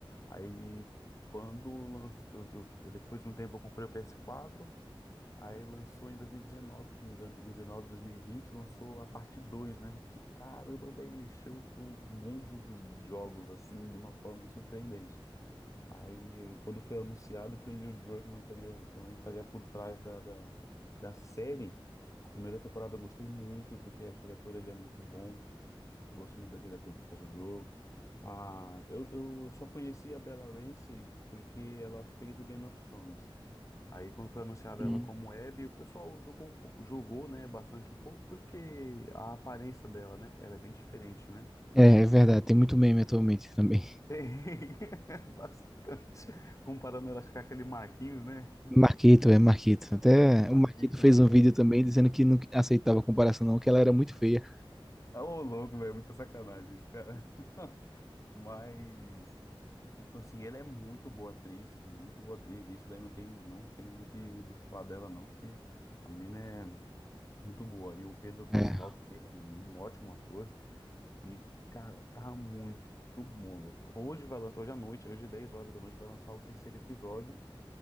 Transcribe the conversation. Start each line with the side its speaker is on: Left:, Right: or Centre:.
Left: Aí quando lançou, eu, eu- depois de um tempo eu comprei o PS4, aí lançou em 2019, se não me engano, 2019, 2020, lançou a parte dois né? Que caramba, velho, mexeu com o mundo dos jogos assim de uma forma surpreendente. Aí, quando foi anunciado que o Neil Druckmann também, também estaria por trás da, da, da série, a primeira temporada eu gostei muito, porque aquele ator ele é muito bom. Gosto muito daquele ator que faz o Joe. Ah, eu, eu só conheci a Bella Ramsey porque ela fez o Game of Thrones. Aí, quando foi anunciada
Centre: Hum.
Left: ela como Abby, o pessoal julgou, um pou- julgou, né, bastante um pouco, porque a aparência dela, né, ela é bem diferente, né?
Centre: É, é verdade, tem muito meme atualmente também.
Left: <laughs> Tem, Bastante. Comparando ela com aquele Marquinhos, né?
Centre: Marquito, é Marquito, até
Left: Marquito,
Centre: o Marquito fez
Left: isso
Centre: um
Left: não.
Centre: vídeo também dizendo que não aceitava a comparação não, que ela era muito feia.
Left: Ah, Ô, louco, velho, muita sacanagem isso, cara. <laughs> Mas, assim, ela é muito boa atriz, muito boa atriz. Isso daí não tem, não tem do que de falar dela, não, porque a menina é muito boa. E o Pedro Pascal
Centre: É,
Left: também é um ótimo ator. E, cara, tá muito bom. Hoje vai, lan- hoje à noite, hoje 10 horas da noite, vai lançar o terceiro episódio,